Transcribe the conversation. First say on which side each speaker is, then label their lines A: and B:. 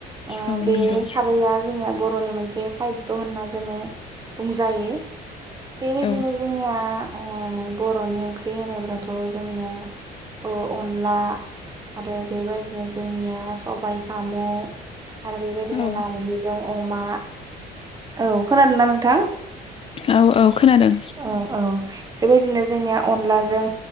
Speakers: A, on the right (about 20°); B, on the left (about 35°).
A: ओ
B: औ
A: बे
B: नंगौ
A: खारैया जोंना बर'नि मोनसे खायद' होनना जोङो बुंजायो बेबायदिनो
B: औ
A: जोंनिया ओ बर'नि ओंख्रि होनोब्लाथ' जोंनिया अनला आरो बेबायदिनो जोंनिया सबाय साम' आरो बेबायदिनो
B: औ
A: नारजिजों अमा औ खोनादोंना नोंथां
B: औ औ खोनादों
A: औ औ बेबायदिनो जोंनिया अनलाजों